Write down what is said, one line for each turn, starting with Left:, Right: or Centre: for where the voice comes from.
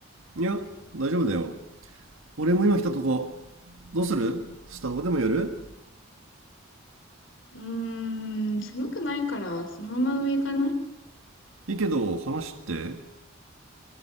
Right: いや大丈夫だよ俺も今来たとこどうするスタバでも寄る
Left: うーん、寒くないから、そのまま上行かない
Right: いいけど話って